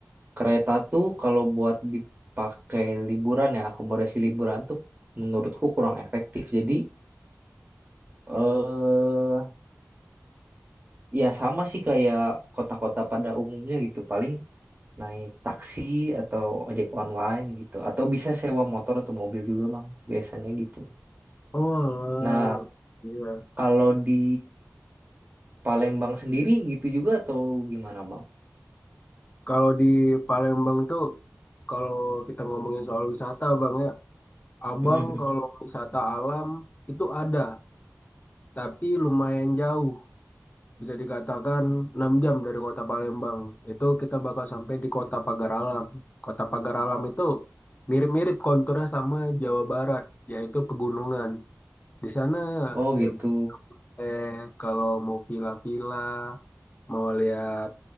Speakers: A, on the right; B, on the left.
A: Kereta tuh kalau buat dipakai liburan ya, akomodasi liburan tuh menurutku kurang efektif. Jadi eh ya sama sih kayak kota-kota pada umumnya gitu, paling naik taksi atau ojek online gitu, atau bisa sewa motor atau mobil juga bang, biasanya gitu.
B: Oh, alah.
A: Nah
B: iya.
A: kalau di Palembang sendiri gitu juga atau gimana bang?
B: Kalau di Palembang itu, kalau kita ngomongin soal wisata, Bang ya, Abang
A: <laughs>
B: kalau wisata alam itu ada, tapi lumayan jauh. bisa dikatakan 6 jam dari kota Palembang. Itu kita bakal sampai di kota Pagar Alam. Kota Pagar Alam itu mirip-mirip konturnya sama Jawa Barat, yaitu pegunungan. Di sana
A: Oh gitu.
B: ya eh, kalau mau villa-villa mau lihat